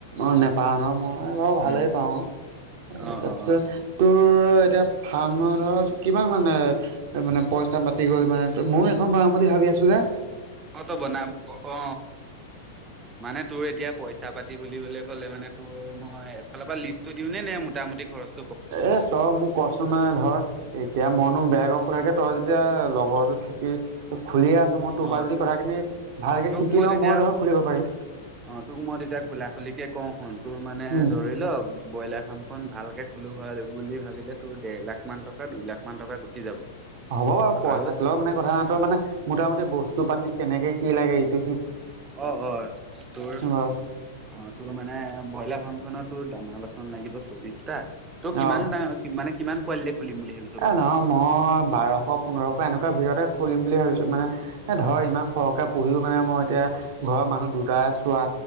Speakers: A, on the right (about 50°); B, on the right (about 15°).
A: অ', নোপাও ন মই বাৰু ভালেই
B: উম।
A: পাওঁ এ
B: অ',
A: তাৰপিছত
B: অ', অ',
A: তোৰ এতিয়া ফাৰ্মত কিমান মানে মানে পইচা মাতি গ'ল মানে ময় এখন বনাম বুলি ভাবি আছো আছো না।
B: অ', বনাম অ অ মানে তোৰ এতিয়া পইচা পাতি বুলিবলে লে মানে তো মই এফালৰ পৰা লিষ্টটো দিওঁ নে নে মোটামুটি খৰচ
A: এ তই মোক কছ নাই ধৰ এতিয়া মনো বেলেগক খোৰাৰাকে তই যেতিয়া লগৰো থাকি খুলি আ মই তোৰ
B: অ',
A: পৰা যদি
B: তোক
A: কথাখিনি ভালকৈ
B: তোক
A: শিকি লওঁ
B: তেতিয়া
A: মই ধৰক খুলিব পাৰিম
B: অ', তোক মই তেতিয়া কোলা খুলিকে কওঁ শুন তোৰ মানে
A: উম
B: ধৰি লওক ব্ৰইলাৰ ফাৰ্ম খন ভালকে খো বুলি ভাবিলে তোৰ ডেৰ লাখ মান টকা দুই লাখ মান টকা গুচি যাব।
A: হ'ব বাৰু পইচাটো
B: আৰু
A: ল মানে কথা ন তই মানে মোটামুটি বস্তু পাতি কেনেকে কি লাগে এইটো
B: অ', অ', তোৰ অ
A: বাৰু
B: তোৰ মানে ব্ৰইলাৰ ফাৰ্মখনত ডাঙৰ বাচন লাগিব চল্লিশটা ত
A: অ',
B: কিমানা মানে কিমান কোৱালিট খুলিম বুলি ভাবিছো
A: এ নহয় মই বাৰশ পোন্ধৰশ এনেকুৱা ভিতৰতে খুলিম বুলি ভাবিছো মানে এ
B: অ
A: ধৰ ইমান সৰহকে পঢ়িহও মানে মই এতিয়া ঘৰৰ মানুহ দুটাই চোৱা